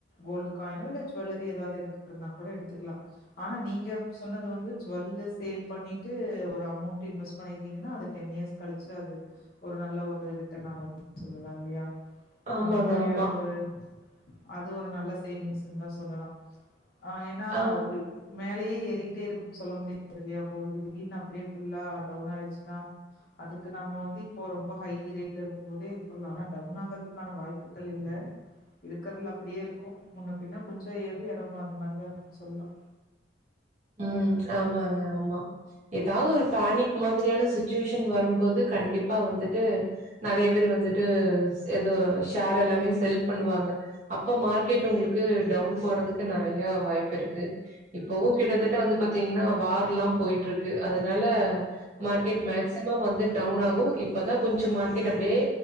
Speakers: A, on the left; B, on the right.
A: கோல்டு காயினோ இல்ல ஜுவல்லரி ஏதாவது எடுக்க இருனா கூட எடுத்துக்கலா ஆனா நீங்க சொன்னது வந்து ஜுவெல்லு சேல் பண்ணிட்டு ஒரு அமெண்ட் இன்வெஸ்ட் பண்ணியிருக்கீங்கன்னா அது டென் இயர்ஸ் கழிச்சு அது ஒரு நல்ல ஒரு ரிட்டன்ன வரும்னு சொல்லலா இல்லையா
B: ஆமாங்க,
A: அந்த மாரியான
B: ஆமா.
A: ஒரு அது ஒரு நல்ல சேவிங்ஸ்ன்னு தா சொல்லலா ஆ ஏனா
B: ஆம்.
A: ஓ இ மேலேயே ஏறிகிட்டே இருக்குனு சொல்ல முடியாது இல்லையா கோல்டு திடிர்னு அப்டியே ஃபுல்லா டவுன் ஆயிடுச்சுனா அதுக்கு நம்ம வந்து இப்போ ரொம்ப ஹய் ரேட்ல இருக்கு போதே இது பண்ணலா ஆனா டவுன் ஆகுறதுக்கான வாய்ப்புகள் இல்ல இருக்கறதல அப்டியே இருக்கு முன்ன பின்னா கொஞ்ச ஏறு எறங்கு அந்த மாரி தா இருக்கு சொல்லலா
B: ம் ஆமாங்க ஆமா ஏதாவது ஒரு ஃபேனிக் மாதிரியான சுச்சுவேஷன் வரும்போது கண்டிப்பா வந்துட்டு நறைய பேர் வந்துட்டு சேதோ விஷ் கார் எல்லாமே செல் பண்ணுவாங்க அப்போ மார்க்கெட் உங்களுக்கு டவுன் போடறதுக்கு நெறைய வாய்ப்பு இருக்கு இப்பவு கிட்டத்தட்ட வந்து பாத்தீங்கன்னா வார் எல்லா போயிட்டு இருக்கு அதனால மார்க்கெட் மேக்சிமம் வந்து டவுன் ஆகு இப்பதா கொஞ்ச மார்க்கெட் அப்டியே